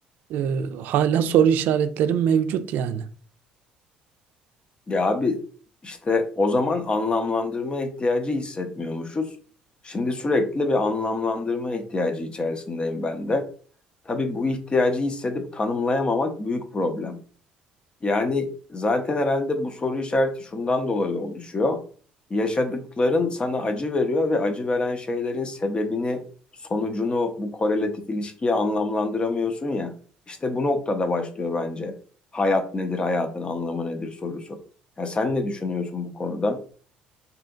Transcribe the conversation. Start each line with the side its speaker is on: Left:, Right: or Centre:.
Right: Ee, hala soru işaretlerim mevcut yani.
Left: Ya abi işte o zaman anlamlandırma ihtiyacı hissetmiyormuşuz. Şimdi sürekli bir anlamlandırma ihtiyacı içerisindeyim ben de. Tabii bu ihtiyacı hissedip tanımlayamamak büyük problem. Yani zaten herhalde bu soru işareti şundan dolayı oluşuyor. Yaşadıkların sana acı veriyor ve acı veren şeylerin sebebini, sonucunu bu korelatif ilişkiye anlamlandıramıyorsun ya. İşte bu noktada başlıyor bence. Hayat nedir, hayatın anlamı nedir sorusu. Ya sen ne düşünüyorsun bu konuda?